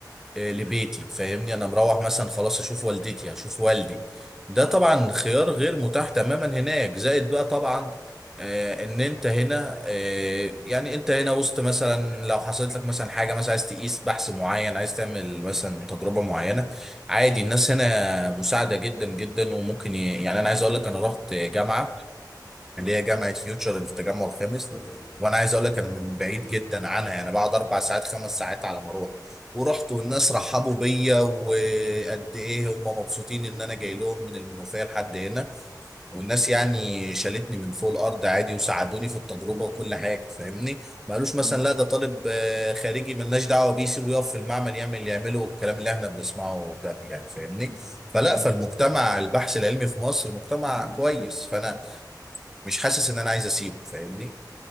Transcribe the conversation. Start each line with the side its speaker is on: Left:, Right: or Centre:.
Centre: آه، لبيتي فاهمني انا مروح مثلا خلاص اشوف والدتي اشوف والدي ده طبعا خيار غير متاح تماما هناك زائد بقى طبعا آه، ان انت هنا آه، يعني انت هنا وسط مثلا لو حصلت لك مثلا حاجه مثلا عايز تقيس بحث معين عايز تعمل مثلا تجربه معينه عادي الناس هنا مساعده جدا جدا وممكن ي... يعني انا عايز اقول لك انا رحت جامعه اللي
Right: اه
Centre: هي جامعه فيوتشر اللي في التجمع الخامس وانا عايز اقول لك انا من بعيد جدا عنها يعني بقعد اربع ساعات خمس ساعات على ما اروح ورحت والناس رحبوا بيا وقد ايه هم مبسوطين ان انا جاي لهم من المنوفيه لحد هنا والناس يعني شالتني من فوق الارض عادي وساعدوني في التجربه وكل حاجه فاهمني ما قالوش مثلا
Right: مم.
Centre: لا ده طالب آه، خارجي ملناش دعوه بيه سيبه يقف في المعمل يعمل اللي يعمله والكلام اللي احنا بنسمعه ده يعني فاهمني
Right: مم.
Centre: فلا
Right: فاهمك
Centre: فالمجتمع البحث العلمي في مصر مجتمع كويس فانا مش حاسس ان انا عايز اسيبه فاهمني